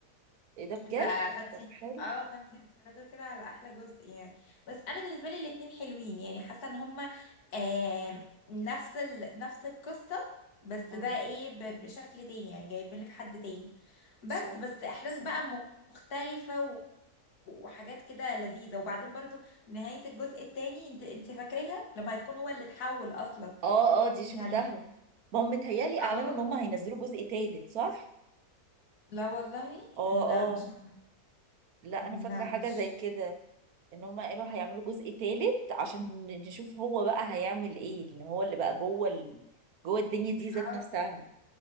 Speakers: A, on the right; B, on the left.
A: ايه ده بجد
B: ف... فانتي
A: طب حلو
B: اه فانتي بتتفرجي كده على احلى جزء يعني بس انا بالنسبه لي الاتنين حلوين يعني حاسه ان هما آه نفس ال... نفس القصه بس
A: اه
B: بقى ايه ب... بشكل تاني يعني جايبين لك حد تاني بس
A: صح
B: بس احداث بقى م- مختلفه و... وحاجات كده لذيذه وبعدين برضو نهايه الجزء التاني انت انت فاكراها لما هيكون هو اللي اتحول اصلا
A: اه اه دي شفتها
B: يعني
A: ما هم متهيألي
B: اه
A: اعلنوا ان هم هينزلوا جزء تالت صح
B: لا والله
A: اه
B: لا
A: اه
B: مش عارفة.
A: لا
B: لا
A: انا فاكره حاجه
B: مش
A: زي كده ان هم قالوا هيعملوا جزء تالت عشان نشوف هو بقى هيعمل ايه لان هو اللي بقى جوه ال... جوه الدنيا دي ذات
B: اه
A: نفسها